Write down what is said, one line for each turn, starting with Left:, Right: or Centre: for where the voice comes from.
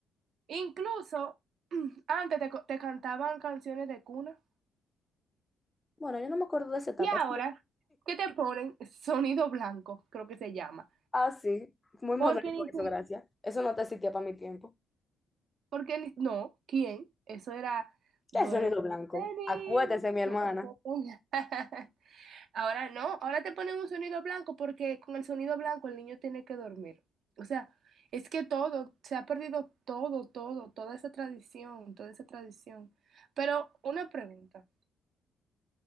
Right: Incluso, <clears throat> antes te, co- te cantaban canciones de cuna.
Left: Bueno, yo no me acuerdo de esa etapa.
Right: Y ahora, ¿qué te ponen? Sonido blanco, creo que se llama.
Left: Ah, sí, muy moderno
Right: Porque ni si-
Left: eso, gracias. Eso no te existía para mi tiempo.
Right: porque ni- no, ¿quién? Eso era duerme,
Left: ¿Qué sonido blanco?
Right: niño,
Left: Acuérdese, mi hermana.
Right: duerme. <laughs> Ahora no, ahora te ponen un sonido blanco porque con el sonido blanco el niño tiene que dormir. O sea, es que todo, se ha perdido todo, todo, toda esa tradición, toda esa tradición. Pero una pregunta.